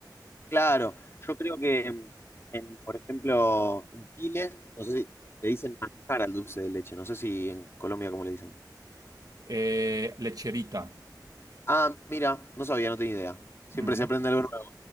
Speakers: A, on the left; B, on the right.
A: Claro, yo creo que, en, por ejemplo, en Chile, no sé si le dicen manjar al dulce de leche, no sé si en Colombia cómo le dicen.
B: Eh, lecherita.
A: Ah, mira, no sabía, no tenía idea. Siempre
B: Ujú.
A: se aprende algo nuevo.